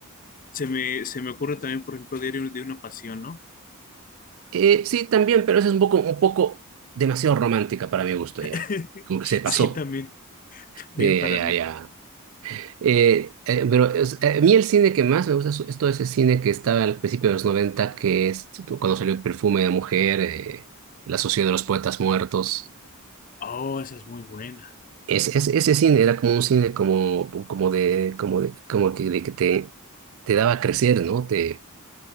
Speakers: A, on the left (about 40°); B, on the right (about 65°).
A: Se me, se me ocurre también, por ejemplo, Diario de una Pasión, ¿no?
B: Eh, sí, también, pero esa es un poco, un poco demasiado romántica para mi gusto
A: <laughs>
B: ya. Como que se pasó.
A: Sí, también, también
B: Eh,
A: para
B: ya,
A: mí.
B: ya, ya. Eh, eh, pero es- eh, a mí el cine que más me gusta es, es todo ese cine que estaba al principio de los noventa que es cuando salió Perfume de Mujer, eh, La Sociedad de los Poetas Muertos.
A: Oh, esa es muy buena.
B: Ese, ese, ese cine era como un cine como, como de, como de, como que, de que te, te daba a crecer, ¿no? Te